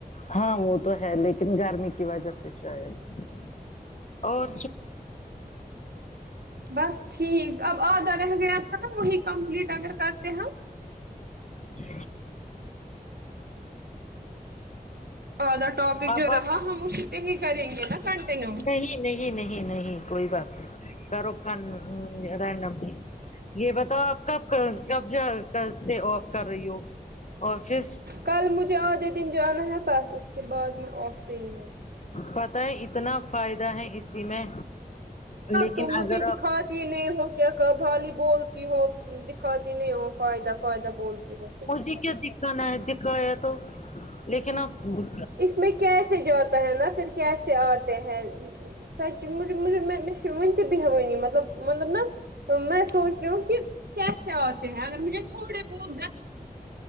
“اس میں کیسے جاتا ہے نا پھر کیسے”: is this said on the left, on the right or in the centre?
Right